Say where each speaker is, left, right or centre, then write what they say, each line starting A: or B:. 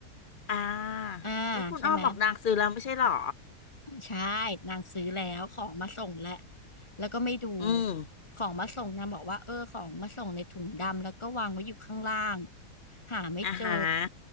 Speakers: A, on the left; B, on the left.
A: อ่า
B: อ่า
A: ก็คุณอ้อบอกนางซื้อแล้วไม่ใช่หรอ
B: ใช่ไหม ใช่ นางซื้อแล้วของมาส่งแล้ว แล้วก็ไม่ดู
A: อืม
B: ของมาส่งนางบอกว่าเออของมาส่งในถุงดำแล้วก็วางไว้อยู่ข้างล่างหาไม่เจอ
A: อาหาร